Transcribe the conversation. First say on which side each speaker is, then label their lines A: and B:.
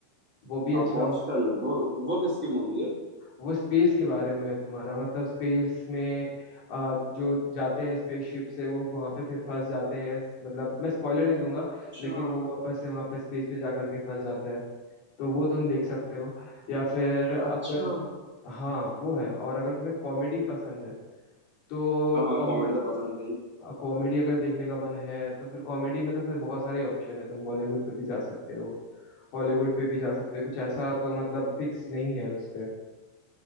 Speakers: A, on the left; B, in the centre.
A: वो भी अच्छा
B: अपोस्टल वो वो किसकी मूवी है
A: वो स्पेस के बारे में है तुम्हारा मतलब स्पेस में आ, जो जाते हैं स्पेसशिप से वो वहां पे फिर फंस जाते हैं मतलब मैं स्पॉइलर नहीं दूंगा
B: अच्छा
A: लेकिन वो वापस से वहां पे स्पेस पे जा करके फंस जाते हैं तो वो तुम देख सकते हो या फिर अगर
B: अच्छा
A: हाँ वो है और अगर तुम्हें कॉमेडी पसंद है तो
B: हाँ
A: कॉम
B: कॉमेडी तो पसंद है ही
A: कॉमेडी अगर देखने का मन है तो फिर कॉमेडी में तो फिर बहुत सारे ऑप्शन है तुम बॉलीवुड पे भी जा सकते हो हॉलीवुड पे भी जा सकते हो कुछ ऐसा तो मतलब फिक्स नहीं है उस पे